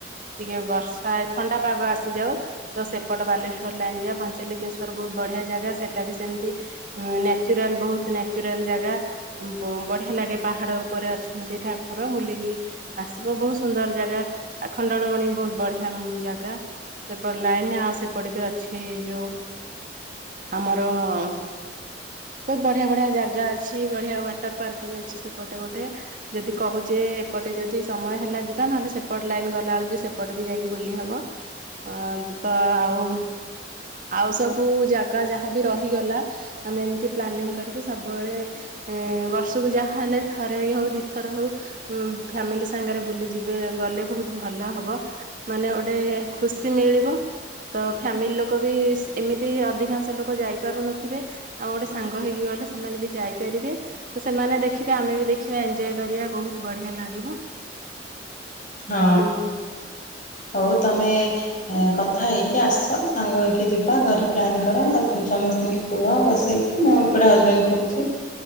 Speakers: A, on the right; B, on the left.
A: ଟିକେ ବର୍ଷା ଥଣ୍ଡା ପାଗ ଆସିଯାଉ ତ ସେପଟ ବାଲେଶ୍ୱର ଲାଇନ୍ ଯିବା ପଞ୍ଚାଲିଙ୍ଗେଶ୍ଵର ବହୁତ ବଢିଆ ଜାଗା ସେଟା ବି ସେମିତି। ଉଁ ନ୍ୟାଚୁରାଲ ବହୁତ ନ୍ୟାଚୁରାଲ ଜାଗା ବଢ଼ିଆ ଲାଗେ ପାହାଡ଼ ଉପରେ ଅଛନ୍ତି ଠାକୁର ବୁଲିକି ଆସିବ ବହୁତ ସୁନ୍ଦର ଜାଗା ଆଉ ଖଣ୍ଡଳମଣି ବହୁତ ବଢିଆ ଜାଗା। ସେପଟ ଲାଇନ ଆଉ ସେପଟ ବି ଅଛି ଯୋଉ ଆମର ବହୁତ ବଢିଆ ବଢିଆ ଜାଗା ଅଛି। ବଢିଆ ୱାଟର ପାର୍କ ବି ଅଛି ସେପଟେ ଗୋଟେ। ଯଦି କହୁଛେ ଏପଟେ ଯଦି ସମୟ ହେଲା ଯିବା ନହେଲେ ସେପଟ ଲାଇନ୍ ଗଲାବେଳେକୁ ବି ସେପଟେ ବି ଯାଇକି ବୁଲି ହବ। ଅ ତ ଆଉ ଆଉ ସବୁ ଜାଗା ଯାହାବି ରହିଗଲା। ଆମେ ଏମିତି ପ୍ଲାନିଂ କରିକି ସବୁବେଳେ ଏ ବର୍ଷକୁ ଯାହା ହେଲେ ଥରେ ହେଉ ଦୁଇ ଥର ହେଉ। ଉ ଫ୍ୟାମିଲି ସାଙ୍ଗରେ ବୁଲିଯିବେ ଗଲେ ବହୁତ ଭଲ ହବ। ମାନେ ଗୋଟେ ଖୁସି ମିଳିବ। ତ ଫ୍ୟାମିଲି ଲୋକ ବି ଏମିତି ଅଧିକାଂଶ ଲୋକ ଯାଇପାରୁନଥିବେ। ଆଉ ଗୋଟେ ସାଙ୍ଗ ହେଇକି ଗଲେ ସେମାନେ ବି ଯାଇପାରିବେ। ତ ସେମାନେ ଦେଖିବେ ଆମେ ବି ଦେଖିବାଏଞ୍ଜୟ କରିବା ବହୁତ ବଢିଆ ଲାଗିବ।
B: ହଁ
A: କୁ
B: ହଉ ତମେ କଥା ହେଇକି ଆସ ସାଙ୍ଗ ହେଇକି ଯିବା ଘରେ ପ୍ଲାନ୍ କର ସମସ୍ତଙ୍କୁ କୁହ ବସେଇକି ମୁଁ ଏପଟେ ହଜବେଣ୍ଡ କହୁଛି